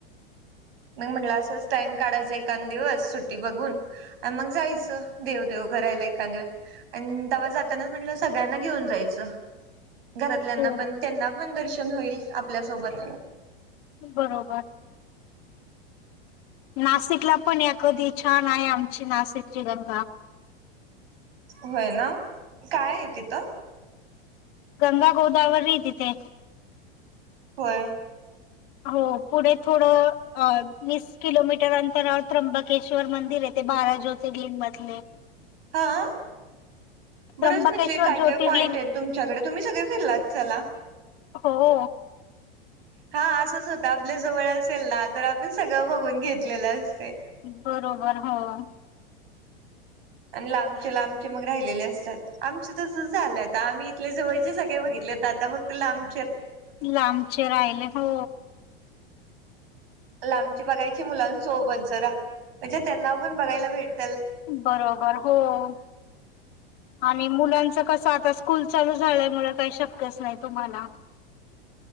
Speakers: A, on the right; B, on the left.
A: मग म्हटलं असंच टाइम काढायचा एकांन दिवस सुट्टी बघून आणि मग जायचं देव देव करायला एकांन दिवस आणि तेव्हा जातानाच म्हटलं सगळ्यांना घेऊन जायचं घरातल्याना
B: हो
A: पण त्यांना पण दर होईल आपल्यासोबत
B: बरोबर. नाशिकला पण या कधी छान आहे आमची नाशिकची गंगा
A: होय ना काय आहे तिथं
B: गंगा गोदावरी तिथे
A: होय.
B: हो पुढे थोडं वीस किलोमीटर अंतरावर त्र्यंबकेश्वर मंदिर आहे ते बारा ज्योतिर्लिंग मधले
A: हा.
B: त्र्यंबकेश्वर
A: बरंच म्हणजे काय
B: ज्योतिर्लिंग
A: काय, पॉइंट आहेत तुमच्याकडे तुम्ही सगळे फिरलात चला-
B: हो.
A: हा. असंच होत आपल्या जवळ असेल ना तर आपण सगळं बघून घेतलेलं असते.
B: बरोबर. हो.
A: आणि लांबचे लांबचे मग राहिलेले असतात. आमच तसच झालं आता, आम्ही इथल्या जवळचे सगळे बघितले आता फक्त लांब-
B: लांबचे राहिले हो.
A: लांबचे बघायचे मुलां सोबत जरा, म्हणजे त्यांना पण बघायला भेट-
B: बरोबर, हो. आणि मुलांच कस? आता स्कूल चालू झाल्यामुळे काही शक्यच नाही तुम्हाला.